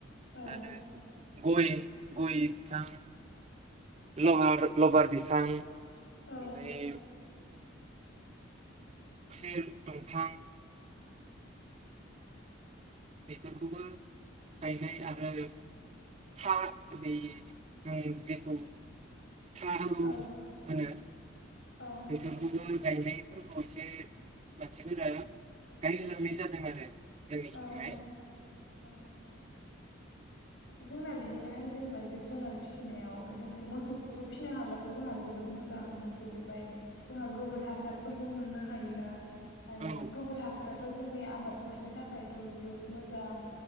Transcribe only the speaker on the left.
औ
औ
औ
औ
औ ओ जोंना बिदिनो जेनेबा जिब जुनार फिसिनायाव जोङो मोसौफोरखौ फिसिनो हाबाथ' जोंहा जोबोद मोजां मोसौनिफ्राय जोंहा गोबोर हासारफोरबो मोननो हायोना आरो
गोबोर हासाराथ' जोंनि आबाद फोरनि थाखायथ' जोबोद मोजां